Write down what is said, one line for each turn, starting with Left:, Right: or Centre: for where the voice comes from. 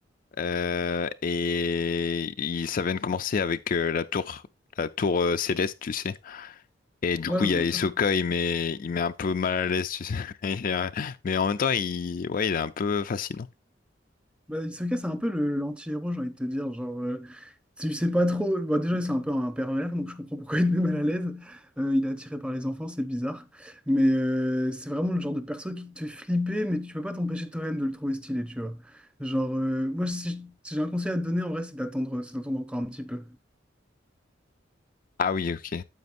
Left: euh, et il- ça vient de commencer avec euh, la tour, la tour euh, céleste, tu sais. Et du
Centre: Ouais,
Left: coup, il
Centre: bien
Left: y a
Centre: sûr.
Left: Hisoka, il met, il met un peu mal à l'aise, tu sais. <laughs> Et, euh, mais en même temps, il, ouais, il est un peu fascinant.
Centre: Bah, Hisoka, c'est un peu le l'anti-héros, j'ai envie de te dire. Genre, euh, tu sais pas trop. Bah, déjà, c'est un peu un pervers, donc je comprends pourquoi il est mal à l'aise. Euh, il est attiré par les enfants, c'est bizarre. Mais euh, c'est vraiment le genre de perso qui te fait flipper, mais tu peux pas t'empêcher toi-même de le trouver stylé, tu vois. Genre, euh, moi, si si j'ai un conseil à te donner, en vrai, c'est d'attendre, c'est d'attendre encore un petit peu.
Left: Ah oui, ok.